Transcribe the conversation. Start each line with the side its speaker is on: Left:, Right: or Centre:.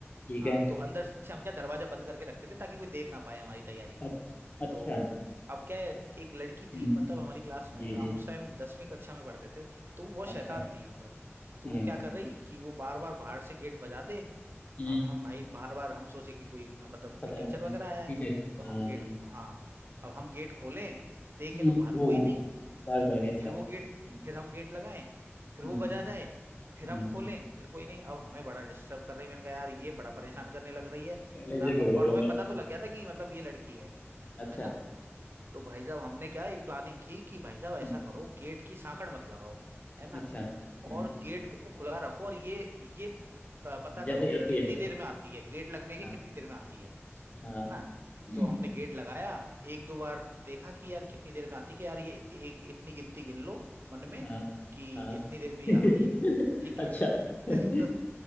Left: ठीक
Right: हाँ
Left: है
Right: तो अंदर से हम क्या दरवाजा बंद करके रखते थे ताकि कोई देख ना पाए हमारी तैयारी को
Left: अच्छ, अच्छा
Right: तो अब क्या है एक लड़की
Left: हम्म
Right: थी मतलब हमारी क्लास में
Left: जी
Right: हम
Left: जी
Right: उस टाइम दसवीं कक्षा में पढ़ते थे तो वो बहुत
Left: अच्छा
Right: शैतान थी मतलब
Left: हम्म
Right: तो वो क्या कर रही कि वो बार बार बाहर से गेट बजा दे
Left: हम्म
Right: अब हम भाई बार बार हम सोचे कि कोई मतलब कोई
Left: पता
Right: टीचर
Left: है हमें
Right: वगैरह
Left: ठीक
Right: आया है
Left: है हाँ
Right: तो हम गेट हाँ अब हम गेट खोलें देखें
Left: हम्म,
Right: तो बाहर
Left: वो
Right: कोई नहीं
Left: बार कोई नहीं अच्छा
Right: फिर
Left: हम्म
Right: वो गेट फिर हम गेट लगाएं फिर
Left: हम्म
Right: वो बजा जाए फिर
Left: हम्म,
Right: हम खोलें फिर कोई नहीं अब हमें बड़ा डिस्टर्ब कर रही है मैंने कहा यार ये बड़ा परेशान
Left: अच्छा
Right: करने लग रही है
Left: पहले
Right: ना
Left: से
Right: तो
Left: पकड़ोगे
Right: और हमें
Left: उन्हें
Right: पता तो लग गया था कि मतलब ये लड़की है
Left: अच्छा
Right: है ना तो भाई साहब हमने क्या एक प्लानिंग की कि भाई साहब ऐसा
Left: हम्म
Right: करो गेट की सांकड़ मत लगाओ है ना
Left: अच्छा हम्म
Right: और गेट को खुला रखो और ये ये प- पता करो
Left: जैसे
Right: कि
Left: यात्री
Right: कितनी
Left: है
Right: देर में आती है गेट लगने के
Left: हाँ
Right: कितनी देर में आती है है
Left: हाँ
Right: ना
Left: हम्म,
Right: तो हमने गेट लगाया एक दो बार देखा कि यार कितनी देर में आती है कि यार ये एक इतनी गिनती गिन लो मन में
Left: हाँ
Right: कि
Left: हाँ
Right: इतनी देर में
Left: <laughs>
Right: ये आती है ठीक है
Left: अच्छा ठीक
Right: <laughs> तो